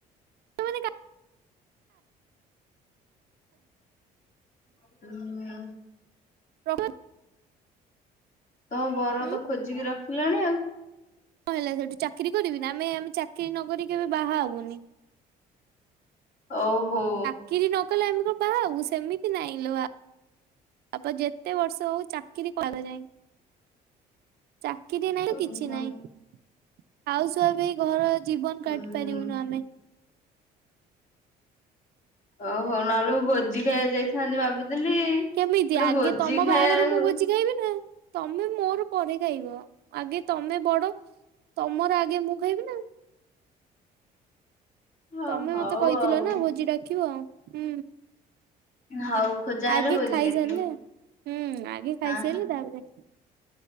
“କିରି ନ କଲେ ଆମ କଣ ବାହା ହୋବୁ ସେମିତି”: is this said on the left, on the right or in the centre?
Right